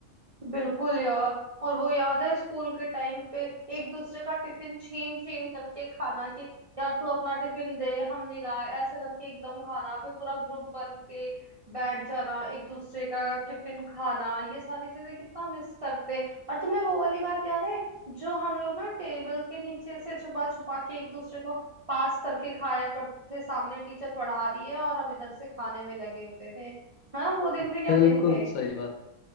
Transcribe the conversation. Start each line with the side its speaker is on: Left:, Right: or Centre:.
Right: बिल्कुल यार और वो याद है स्कूल के टाइम पे एक दूसरे का टिफिन छीन छीन करके खाना कि यार तू अपना टिफिन दे हम नहीं लाए ऐसे करके एकदम खाना फिर पूरा ग्रुप बन के बैठ जाना एक दूसरे का टिफिन खाना ये सारी चीजें कितना मिस करते हैं और तुम्हें वो वाली बात याद है जो हम लोग ना टेबल के नीचे से छुपा छुपा के एक दूसरे को पास करके खाया करते थे सामने टीचर पढ़ा रही है और हम इधर से खाने में लगे होते थे हाँ वो दिन
Left: बिल्कुल
Right: भी क्या दिन थे
Left: सही बात